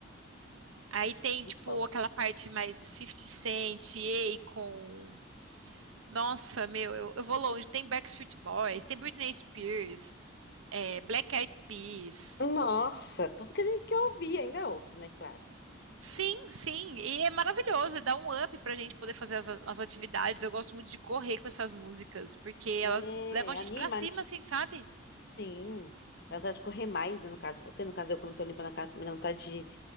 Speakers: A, on the right; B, on the left.
A: Aí tem,
B: Muito
A: tipo,
B: bom.
A: aquela parte mais Fifty Cent, Akon. Nossa, meu, eu, eu vou longe. Tem Backstreet Boys, tem Britney Spears, é, Black Eyed Peas.
B: Nossa, tudo que a gente que eu ouvi, ainda ouço, né? Claro.
A: Sim, sim, e é maravilhoso, e dá um up pra gente poder fazer as, as atividades. Eu gosto muito de correr com essas músicas, porque elas
B: É,
A: levam a gente
B: anima,
A: pra cima,
B: né?
A: assim, sabe?
B: Sim. Dá vontade de correr mais, né? No caso, você, no caso, eu quando tô limpando a casa também dá vontade de,